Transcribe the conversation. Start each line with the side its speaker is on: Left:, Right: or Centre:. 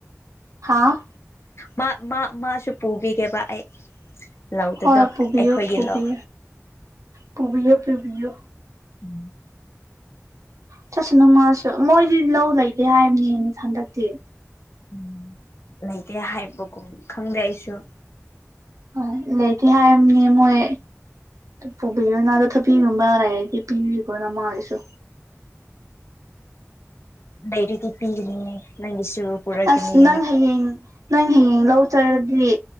Right: ꯍꯥꯥ
Left: ꯃꯥ ꯃꯥ ꯃꯥꯁꯨ ꯄꯨꯕꯤꯒꯦꯕ ꯑꯩ ꯂꯧꯗꯨꯗꯣ
Right: ꯍꯣꯏ ꯄꯨꯕꯤꯌꯨ
Left: ꯑꯩꯈꯣꯏꯒꯤ
Right: ꯄꯨꯕꯤ
Left: ꯂꯧ
Right: ꯄꯨꯕꯤꯑꯣ ꯄꯨꯕꯤꯌꯣ
Left: ꯎꯝ
Right: ꯆꯠꯁꯨꯅꯨ ꯃꯁꯨ ꯃꯣꯏꯗꯤ ꯂꯧ ꯂꯩꯇꯦ ꯍꯥꯏꯕꯅꯦꯅꯦ ꯍꯟꯗꯛꯇꯤ
Left: ꯎꯝ ꯂꯩꯇꯦ ꯍꯥꯏꯕꯒꯨꯝ ꯈꯪꯗꯦ ꯑꯩꯁꯨ
Right: ꯍꯣꯏ ꯂꯩꯇꯦ ꯍꯥꯏꯔꯝꯅꯤ ꯃꯣꯏ ꯄꯨꯕꯤꯌꯣꯅ ꯑꯗꯣ ꯊꯥꯕꯤꯒꯨꯝꯕ ꯂꯩꯔꯗꯤ ꯄꯤꯕꯤꯈꯣ ꯅꯃꯥꯒꯤꯁꯨ
Left: ꯂꯩꯔꯗꯤ ꯄꯤꯒꯅꯦ ꯅꯪꯒꯤꯁꯨ ꯄꯨꯔꯛꯀꯅꯤ
Right: ꯑꯁ ꯅꯪ ꯍꯌꯦꯡ ꯅꯪ ꯍꯌꯦꯡ ꯂꯧ ꯆꯠꯂꯥꯗꯤ